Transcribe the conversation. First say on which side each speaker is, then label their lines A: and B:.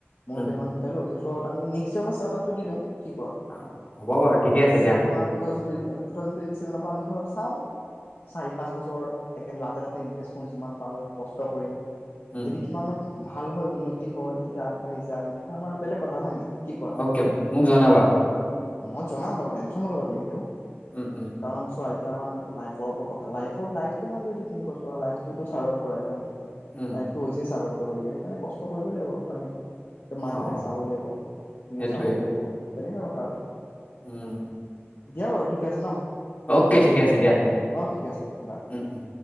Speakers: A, on the left; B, on the left.
A: মইও
B: উম,
A: কেইটামান গোটাই লওঁ তাৰ পি ছত আমি নেক্সটৰ পৰা ষ্টাৰ্টআপটো দি দিওঁ কি কোৱা?
B: অ, হ'ব বাৰু ঠিকে
A: নেক্স
B: আছে
A: ইয়াৰ
B: দিয়া।
A: তোমাৰ টু থাউজেণ্ড টুয়েনটি ছেভেনৰ পৰা আমি ধৰ চাওঁ চাৰি পাঁচ বছৰ একে লাতে লাতে তে ইনভেষ্ট কৰোঁ যিমান পাৰোঁ কষ্ট কৰিম।
B: উম,
A: যদি কিমানত ভাল হয় উন্নতি হয় তেতিয়া আগবাঢ়ি যায়, তেতিয়া আমাৰ বেলেগ কথা হয় নে নাই? কি কোৱা?
B: অকে মোক জনাবা।
A: মই জনাম বাৰু টেনচন নল'বা তুমি সেইটো।
B: উম উম
A: কাৰণ এতিয়া আমাৰ লাইভৰ ওপৰত কথা লাইভত লাইফটো মানে এইটো কেনেকুৱা লাভ হয় ন?
B: উম,
A: লাইফটো হৈছে স্বাভাবিক কৰিবলৈকে সেইকাৰণে কষ্ট কৰিবই লাগিব উপায় নাই
B: অ'
A: মা দেউতাক চাবই লাগিব, তুমিও
B: সেইটোৱে।
A: চাবই লাগিব তেনেকুৱা কথা আৰু
B: উম
A: দিয়া বাৰু ঠিকে আছে ন?
B: অ'কে ঠিকে আছে দিয়া
A: অ ঠিক আছে দিয়া বাই
B: উম উম